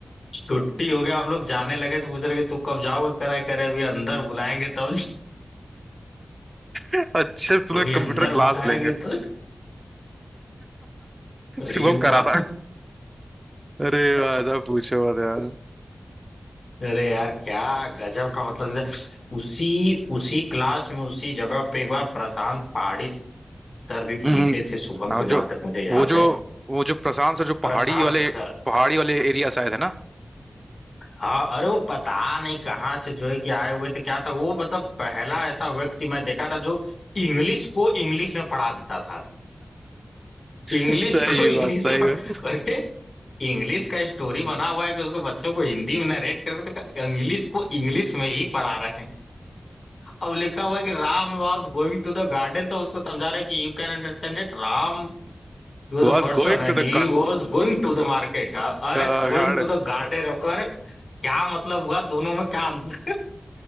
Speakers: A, on the left; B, on the right.
A: छुट्टी हो गया हम लोग जाने लगे तो पूछ रहे कि तू कब जाओगे करा करे अभी अंदर बुलाएंगे तब जा-
B: अच्छे से तुम्हें
A: अभी
B: कंप्यूटर
A: अंदर
B: क्लास
A: बुलाएंगे
B: लेंगे
A: तो अरे
B: शुभम
A: वाह
B: करा था अरे भाई साहब पूछो मत यार
A: अरे यार क्या गजब का मतलब है। उसी उसी क्लास में उसी जगह पे एक बार प्रशांत पहाड़ी सर भी
B: हम्म
A: पीटे
B: हम्म।
A: थे शुभम
B: हाँ
A: को जहां
B: जो
A: तक मुझे याद
B: वो जो
A: है
B: वो जो प्रशांत सर जो पहाड़ी
A: प्रशांत
B: वाले
A: सर
B: पहाड़ी वाले एरिया शायद है ना
A: हाँ अरे वो पता नहीं कहाँ से जो है कि आए हुए थे क्या था वो मतलब पहला ऐसा व्यक्ति मैं देखा था जो इंग्लिश को इंग्लिश में पढ़ा देता था
B: <laughs>
A: इंग्लिश
B: सही
A: को <laughs> इंग्लिश
B: बात सही
A: में पढ़ा
B: बात
A: अरे इंग्लिश का स्टोरी बना हुआ है कि उसको बच्चों को हिंदी में नरेट करके तो इंग्लिश को इंग्लिश में ही पढ़ा रहे हैं अब लिखा हुआ है कि Ram was going to the garden तो उसको समझा रहे हैं कि you can understand it Ram He was
B: Was
A: a person
B: going
A: and
B: to the
A: he was going to the market. अ- अरे
B: guard
A: going to the garden हमको अरे क्या मतलब हुआ दोनों में क्या अंत-